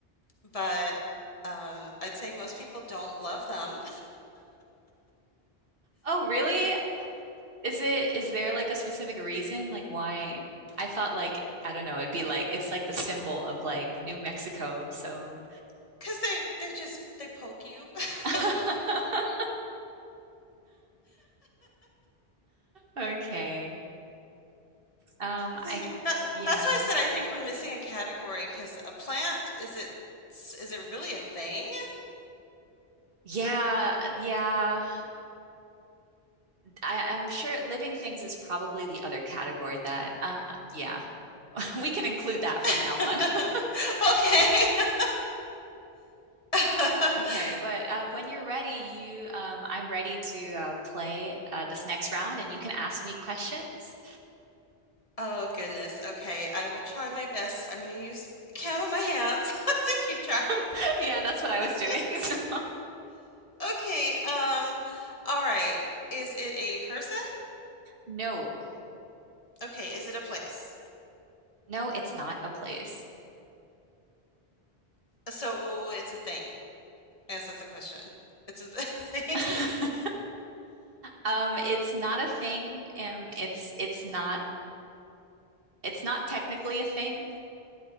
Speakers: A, on the left; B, on the right.
A: but um, I'd say most people don't love them
B: Oh, really? Is it, is there like a specific reason? Like why? I thought like, I don't know, it'd be like, it's like the symbol of like New Mexico. So
A: <laughs> because they they just they poke you. <laughs>
B: <laughs> Okay. Um,
A: See,
B: I,
A: that,
B: yeah.
A: that's why I said I think we're missing a category because a plant is it is it really a thing?
B: Yeah, yeah. I, I'm sure living things is probably the other category that, uh, yeah, <laughs> we can include that from
A: <laughs>
B: now on. <laughs>
A: Okay. <laughs>
B: Okay, but uh, when you're ready, you, um, I'm ready to uh, play uh, this next round and you can ask me questions.
A: Oh goodness. Okay. I will try my best. I'm gonna use count on my hands <laughs> to keep track of
B: <laughs>
A: the
B: Yeah, that's what I
A: question.
B: was doing. <laughs> So-
A: Okay. Um, all right. Is it a person?
B: No,
A: Okay. Is it a place?
B: no, it's not a place.
A: So it's a thing. Yes, that's the question. It's a <laughs> thing.
B: <laughs> Um, it's not a thing. Um, it's it's not it's not technically a thing.